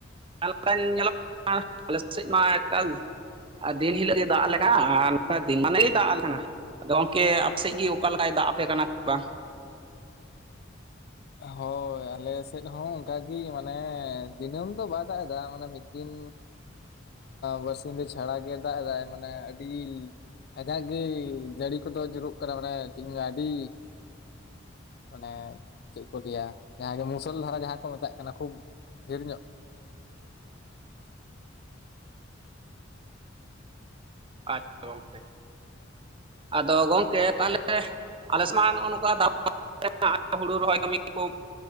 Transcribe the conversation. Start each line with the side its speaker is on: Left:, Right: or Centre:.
Right: <inaudible> ᱟᱞᱮ ᱥᱮᱫ ᱢᱟ ᱮᱠᱟᱞ ᱫᱤᱱ ᱦᱤᱞᱳᱜ ᱜᱮ ᱫᱟᱜ ᱟᱞᱮ ᱠᱟᱱᱟ ᱟᱨ ᱫᱤᱱ ᱢᱟᱱᱮᱭ ᱫᱟᱜ ᱟᱞᱮ ᱠᱟᱱᱟ᱾ ᱟᱫᱚ ᱜᱚᱝᱠᱮ ᱟᱯᱮ ᱥᱮᱫ ᱜᱮ ᱚᱠᱟ ᱞᱮᱠᱟᱭ ᱫᱟᱜ ᱟᱯᱮ ᱠᱟᱱᱟ ᱥᱮ ᱵᱟᱝ?
Left: ᱦᱳᱭ ᱟᱞᱮ ᱥᱮᱫ ᱦᱚᱸ ᱚᱱᱠᱟᱜᱤ ᱢᱟᱱᱮ ᱫᱤᱱᱟᱹᱢ ᱫᱚ ᱵᱟᱭ ᱫᱟᱜ ᱫᱟ ᱢᱟᱱᱮ ᱢᱤᱫ ᱫᱤᱱ ᱵᱟᱨᱥᱤ ᱱᱤᱫᱟᱹ ᱪᱷᱟᱲᱟ ᱜᱮ ᱫᱟᱜ ᱮᱫᱟᱭ ᱢᱟᱱᱮ ᱟᱹᱰᱤ ᱠᱟᱡᱟᱠ ᱜᱮ ᱡᱟᱹᱲᱤ ᱠᱚᱫᱚ ᱡᱩᱨᱩᱜ ᱠᱟᱱᱟ ᱢᱟᱱᱮ ᱪᱤᱫ ᱤᱧ ᱞᱟᱹᱭᱟ ᱟᱹᱰᱤ ᱢᱟᱱᱮ ᱪᱮᱫ ᱠᱚ ᱞᱟᱹᱭᱟ ᱡᱟᱦᱟᱸ ᱫᱚ ᱢᱩᱥᱟᱹᱞ ᱫᱷᱟᱨᱟ ᱡᱟᱦᱟᱸ ᱠᱚ ᱢᱮᱛᱟᱜ ᱠᱟᱱᱟ ᱠᱷᱩᱵ ᱰᱷᱤᱨ ᱧᱚᱸᱜ᱾
Right: ᱟᱪᱪᱷᱟ ᱜᱚᱝᱠᱮ᱾ ᱟᱫᱚ ᱜᱚᱝᱠᱮ ᱛᱟᱦᱚᱞᱮ ᱟᱞᱮ ᱥᱮᱫ ᱢᱟ ᱱᱚᱜᱼᱚ ᱱᱚᱝᱠᱟ <inaudible> <inaudible> ᱦᱩᱲᱩ ᱨᱚᱦᱚᱭ ᱠᱟᱹᱢᱤ ᱠᱚ